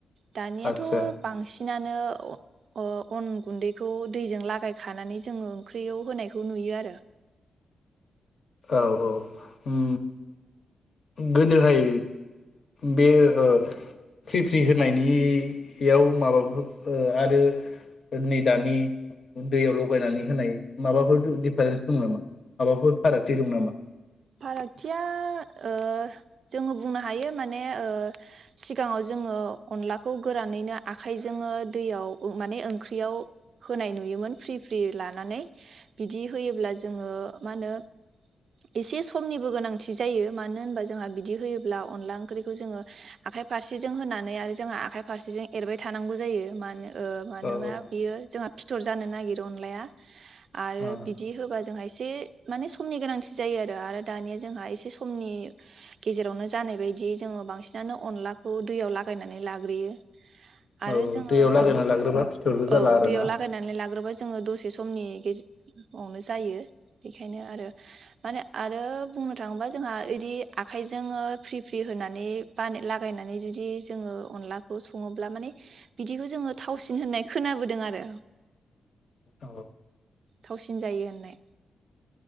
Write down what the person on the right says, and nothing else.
दानियाथ'
बांसिन सिनानो ओ अन गुन्दैखौ दैजों लागायखानानै जोङो ओंख्रियाव होनायखौ नुयो आरो।
फारागथिया ओ जोङो बुंनो हायो माने ओ सिगाङाव जोङो अनलाखौ गोरानैनो आखाइजोंनो दैयाव माने ओंख्रियाव होनाय नुयोमोन फ्रि फ्रि लानानै। बिदि होयोब्ला जोङो मा होनो‌ एसे समनिबो गोनांथि जायो मानो होनबा जोंहा बिदि होयोब्ला अनला ओंख्रिखौ जोङो आखाइ फारसेजों होनानै आरो जोंहा आखाइ फारसेजों एरबाय थानांगौ जायो मानो ओ मानोबा
बियो जोंहा फिथर जानो नागिरो अनलाया आरो
बिदि होबा जोंहा एसे माने समनि गोनांथि जायो आरो आरो दानिया जोंहा एसे समनि गेजेरावनो जानाय बायदि जोङो बांसिनानो अनलाखौ दैयाव लागायनानै लाग्रोयो। आरो
जोङो
औ
दैयाव लागायनानै लाग्रोबा जोङो दसे समनि गेजेवनो जायो बेखायनो आरो आरो बुंनो थाङोबा जोंहा इदि आखाइजोङो फ्रि फ्रि होनानै बान लागायनानै जुदि जोङो अनलाखौ सङोब्ला माने बिदिखौ जोङो थावसिन होननाय खोनाबोदों आरो।
थावसिन जायो होननाय